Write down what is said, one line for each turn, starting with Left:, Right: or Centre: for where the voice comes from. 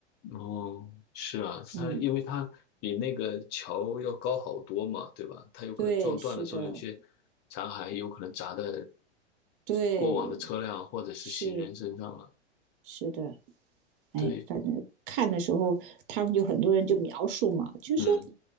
Left: 哦，是啊，
Right: 嗯，
Left: 他因为他比那个桥要高好多嘛，对吧？他有可能撞断的时候，
Right: 对，是的，
Left: 有些残骸有可能砸在
Right: 对，
Left: 过往的车辆或者是行人身上了。
Right: 是是的，哎，
Left: 对，
Right: 反正看的时候，他们就很多人就描述嘛，就说，
Left: 嗯，